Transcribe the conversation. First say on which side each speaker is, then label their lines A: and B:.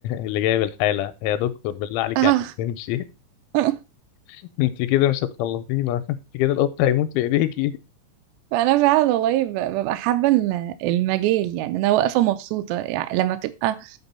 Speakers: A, on the left; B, on the right.
A: اللي جايب الحالة يا دكتور بالله عليك
B: اه
A: يعني تمشي
B: <laughs>
A: <laughs> أنت كده مش هتخلصينا <laughs> أنت كده القط هيموت في إيديكي
B: فانا فعلا والله ب- ببقى حابه ال- المجال يعني انا واقفه مبسوطه يعني لما بتبقى